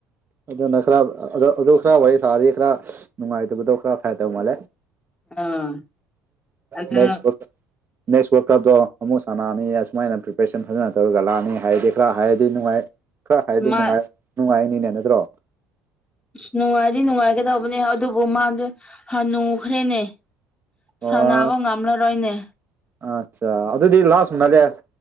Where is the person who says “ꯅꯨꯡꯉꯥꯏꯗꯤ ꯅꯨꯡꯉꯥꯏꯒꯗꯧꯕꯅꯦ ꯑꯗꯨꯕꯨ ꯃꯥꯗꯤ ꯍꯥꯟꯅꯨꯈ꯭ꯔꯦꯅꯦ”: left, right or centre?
Left